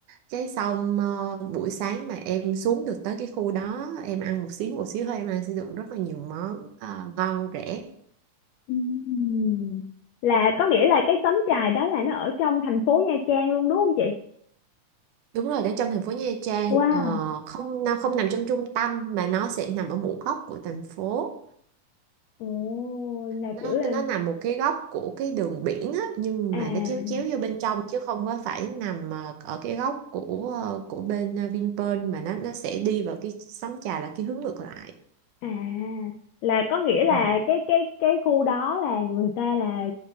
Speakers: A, on the right; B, on the left.
A: cái xong ờ, buổi sáng mà em xuống được tới cái khu đó em ăn một xíu một xíu thôi em ăn sẽ được rất là nhiều món ờ, ngon rẻ
B: Ừm. Là có nghĩa là cái xóm chài đó là nó ở trong thành phố Nha Trang luôn đúng không chị?
A: đúng rồi đến trong thành phố Nha Trang
B: Wow.
A: ờ, không nó không nằm trong trung tâm mà nó sẽ nằm ở một góc của thành phố
B: Ồ, là
A: nó
B: kiểu là
A: nó nằm một cái góc của cái đường biển á, nhưng
B: à
A: mà nó chéo chéo vô bên trong chứ không có phải nằm ờ, ở cái góc của ờ, của bên ờ, Vinpearl mà nó nó sẽ đi vào cái sóng trà là cái hướng ngược lại
B: À, là có nghĩa
A: ừ.
B: là cái cái cái khu đó là người ta là